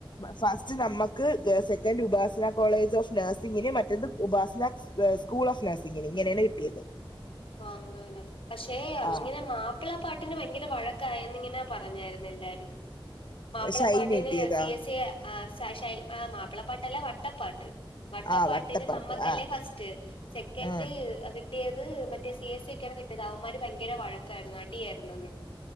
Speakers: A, on the left; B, on the left.
A: ഫസ്റ്റ് നമ്മക്ക് ഏഹ് സെക്കന്റ്‌ ഉപാസിന കോളേജ് ഓഫ് നേഴ്സിംഗിന് മറ്റത് ഉപാസിന ഏഹ് സ്കൂൾ ഓഫ് നഴ്സിങ്ങിന് ഇങ്ങനേണ് കിട്ടിയത്
B: അങ്ങനെ പക്ഷെ അത്ങ്ങനെ
A: ആ
B: മാ മാപ്പിളാ പാട്ടിന് ഭയങ്കര വഴക്കായെന്ന് ഇങ്ങനെ പറഞ്ഞായിരുന്നെല്ലാരും. മാപ്പിളപാട്ട്ന്
A: ഷൈന് കിട്ടിയതാ
B: സി എസ് എ ആഹ് സാഷായണി ആഹ് മാപ്പിളപ്പാട്ട് അല്ല വട്ടപ്പാട്ട് വട്ടപ്പാട്ടിന്
A: ആ വട്ടപ്പാട്ട്
B: നമ്മക്കല്ലേ
A: ആ
B: ഫസ്റ്റ് സെക്കൻഡ്
A: ആ
B: അത് കിട്ടിയത് മ മറ്റേ സി എ സി ക്കാ കിട്ടിയത് അവന്മാര് ഭയങ്കര വഴക്കായിരുന്നു അടിയായിരുന്നു ഇന്ന്.